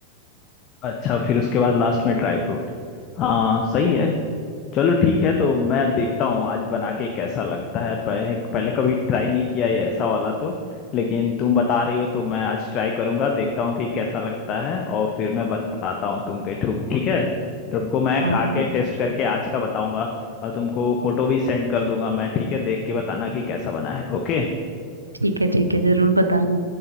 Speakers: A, on the left; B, on the right.
A: अच्छा फिर उसके बाद लास्ट में ड्राई फ्रूट हाँ सही है चलो ठीक है तो मैं देखता हूँ आज बना के कैसा लगता है पह, पहले कभी ट्राई नहीं किया ये ऐसा वाला तो लेकिन तुम बता रही हो तो मैं आज ट्राई करूंगा देखता हूँ कि कैसा लगता है और फिर मैं बताता हूँ तुमके ठू- ठीक है तुमको मैं
B: हाँ
A: खा
B: हाँ
A: के टेस्ट करके आज का बताऊंगा और तुमको फोटो भी सेंड कर दूंगा मैं ठीक है देख के बताना कि कैसा बना है ओके
B: ठीक है ठीक है जरूर बताना